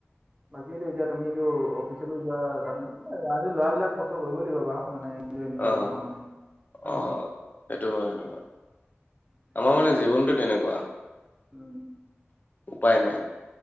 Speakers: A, on the right (about 25°); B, on the left (about 40°).
A: বাকীতো এতিয়া তুমিতো অফিচলৈ যোৱা আজি কালি ল'ৰাবিলাক কষ্ট কৰিব লাগিব বাৰু, মানে- ইঞ্জয় কৰিব
B: অ
A: কাৰণে হয় নে
B: অ
A: নহয়।
B: সেইটো হয়, সেইটো হয়,
A: সেইটো
B: আমাৰ
A: কাৰণে
B: মানে জীৱনটো তেনেকুৱা।
A: উম
B: উপায় নাই।